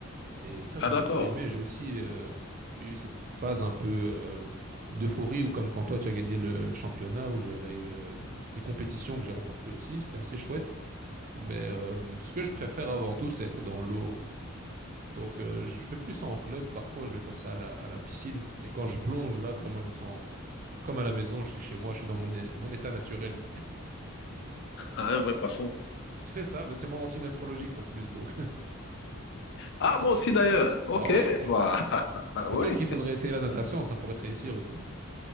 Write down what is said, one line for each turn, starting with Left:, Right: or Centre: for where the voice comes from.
Right: Et ça,
Left: Ah,
Right: j'ai
Left: d'accord.
Right: beaucoup aimé. J'ai aussi euh, eu cette phase un peu euh, d'euphorie où, comme quand toi, tu as gagné le, le championnat, où j'avais eu, euh, des compétitions que j'ai remportées aussi. C'était assez chouette. Mais euh, ce que je préfère avant tout, c'est être dans l'eau. Donc, euh, je fais plus ça en club. Parfois, je vais comme ça à la, à la piscine. Et quand je plonge, là, vraiment, je me sens comme à la maison. Je suis chez moi, je suis dans mon, é- mon état naturel.
Left: Ah, Un vrai poisson.
Right: <laughs> C'est ça, mais c'est mon signe astrologique en plus. Donc,
Left: Ah, moi aussi d'ailleurs. OK.
Right: <laughs> ah ouais,
Left: Voilà. <laughs>
Right: peut-être
Left: Oui.
Right: qu'il faudrait essayer la natation, ça pourrait te réussir aussi.